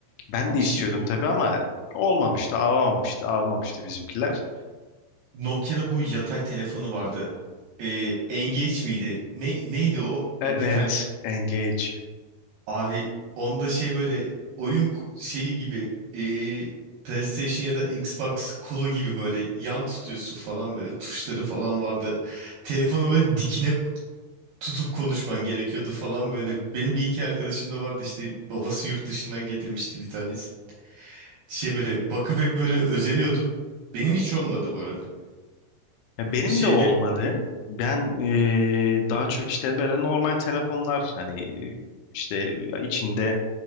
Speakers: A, on the left; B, on the right.
A: Ben
B: Abi
A: de istiyordum
B: şey bu
A: tabii ama olmamıştı, alamamıştı, almamıştı bizimkiler.
B: Nokia'nın bu yatay telefonu vardı. Ee, Engage miydi? Ne, neydi o?
A: Evet,
B: O Bir tane
A: Engage.
B: Abi onda şey böyle oyun ku- şeyi gibi eee, PlayStation ya da Xbox kolu gibi böyle yan tutuyorsun falan böyle tuşları falan vardı. Telefonu böyle dikine tutup konuşman gerekiyordu falan böyle. Benim bir iki arkadaşım da vardı işte babası yurt dışından getirmişti bir tanesi. Şey böyle bakıp hep böyle özeniyordum. Benim hiç olmadı bu arada.
A: Ya benim
B: Şeyde
A: de olmadı. Ben eee, daha çok işte böyle normal telefonlar hani e, işte içinde